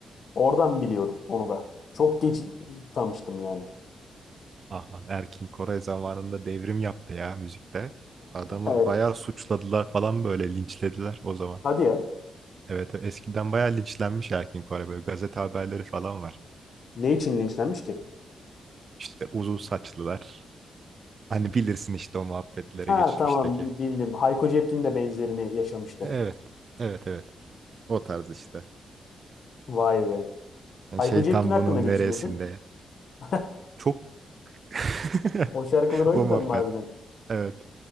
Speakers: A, on the left; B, on the right.
A: Oradan biliyorum onu da. Çok geç tanıştım yani.
B: Ah lan Erkin Koray zamanında devrim yaptı ya müzikte. Adamı
A: <laughs>
B: bayağı suçladılar falan böyle linçlediler o zaman.
A: Hadi ya.
B: Evet evet, eskiden bayağı linçlenmiş Erkin Koray böyle gazete haberleri falan var.
A: Ne için linçlenmiş ki?
B: İşte uzun saçlılar. Hani bilirsin işte o muhabbetlere
A: Ha
B: geçmişteki.
A: tamam bildim. Hayko Cepkin de benzerini yaşamıştı.
B: Evet evet evet o tarz işte.
A: Vay be.
B: Yani
A: Hayko
B: şeytan
A: Cepkin hakkında
B: bunun
A: ne
B: neresinde?
A: düşünüyorsun? <laughs>
B: Çok <laughs>
A: O şarkılar o
B: o
A: yüzden
B: muhabbet.
A: mi harbiden?
B: Evet.